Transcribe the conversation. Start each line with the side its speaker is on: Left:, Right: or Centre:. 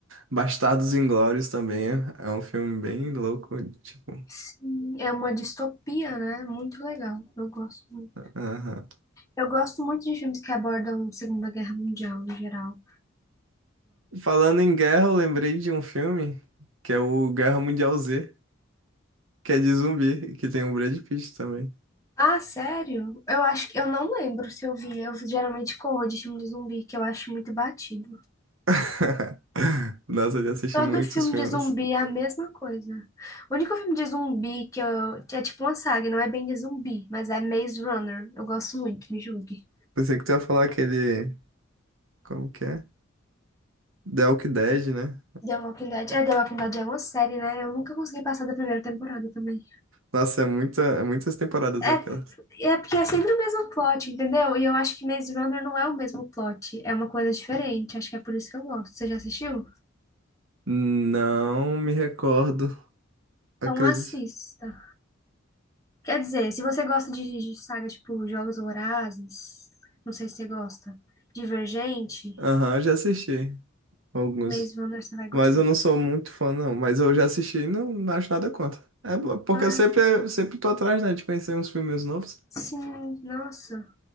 Right: Bastardos Inglórios também é um filme bem louco, tipo.
Left: Sim, é uma distopia, né? Muito legal. Eu gosto muito.
Right: aham.
Left: Eu gosto muito de filmes que abordam a Segunda Guerra Mundial, no geral.
Right: Falando em guerra, eu lembrei de um filme que é o Guerra Mundial Z, que é de zumbi, que tem o Brad Pitt também.
Left: Ah, sério? Eu acho que eu não lembro se eu vi. Eu geralmente corro de filme de zumbi, que eu acho muito batido.
Right: <laughs> Nossa, eu já assisti
Left: Todo
Right: muitos
Left: filme
Right: filmes.
Left: de zumbi é a mesma coisa. O único filme de zumbi que, eu, que é tipo uma saga, não é bem de zumbi, mas é Maze Runner. Eu gosto muito, me julgue.
Right: Pensei que tu ia falar aquele. Como que é? The Walking Dead, né?
Left: The Walking Dead. É, The Walking Dead é uma série, né? Eu nunca consegui passar da primeira temporada também.
Right: Nossa, é muita, é muitas temporadas
Left: É,
Right: aquelas.
Left: é porque é sempre o mesmo plot, entendeu? E eu acho que Maze Runner não é o mesmo plot. É uma coisa diferente. Acho que é por isso que eu gosto. Você já assistiu?
Right: Não me recordo, acredite.
Left: Então assista. Quer dizer, se você gosta de, de saga tipo Jogos Vorazes, não sei se você gosta, Divergente.
Right: Aham, eu já assisti alguns.
Left: Maze Runner você vai gostar.
Right: Mas eu não sou muito fã, não. Mas eu já assisti e não, não acho nada contra. É bo- porque
Left: Ai,
Right: eu sempre, sempre tô atrás, né, de conhecer uns filmes novos.
Left: sim, nossa.